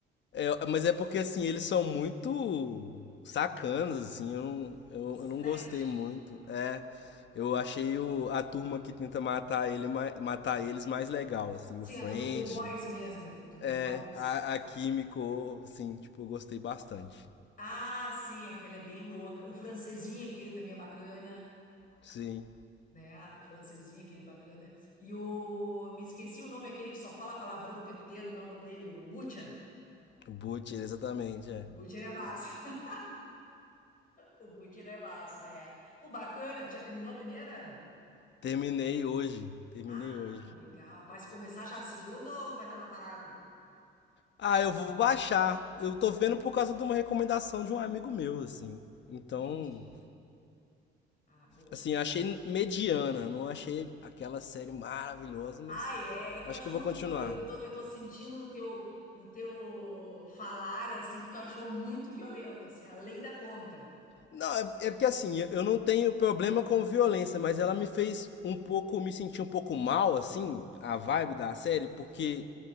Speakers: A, on the left (about 65°); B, on the left (about 45°).
A: É, mas é porque assim, eles são muito sacanas, assim, eu não, eu,
B: eles são
A: eu não
B: trash.
A: gostei muito. É, eu
B: É.
A: achei o, a turma que tenta matar ele, ma- matar eles mais legal, assim,
B: Sim,
A: o French,
B: a turma do The Boys mesmo, do The
A: é,
B: Boys.
A: a, a Kimiko, assim, tipo, eu gostei bastante.
B: Ah, sim, aquela é bem louca. O francesinho, aquele também é bacana.
A: Sim,
B: né? O francesinho, aquele bacana. E o. Me esqueci o nome, aquele que só fala palavrão o tempo inteiro, mas é o nome dele, o Butcher.
A: o Butcher, exatamente, é.
B: O Butcher é massa. <laughs> O Butcher é massa, é. Pô, bacana. Tu Já terminou a primeira?
A: Terminei hoje, terminei
B: Ah,
A: hoje.
B: legal. Vai se começar já a segunda ou vai dar uma parada?
A: Ah, eu vou baixar. Eu tô vendo por causa de uma recomendação de um amigo meu, assim. Então,
B: Entendi. Ah, boa.
A: Assim, eu achei mediana, não achei aquela série maravilhosa, mas
B: Ah, é. É que
A: acho
B: tu achou
A: que eu
B: muito
A: vou continuar.
B: violento. Eu tô, eu tô sentindo no teu, no teu falar, assim, que tu achou muito violento, assim, além da conta.
A: Não, é, é porque assim, eu eu não tenho problema com violência, mas ela me fez um pouco, me sentir um pouco mal, assim, a vibe
B: Entendi.
A: da série, porque,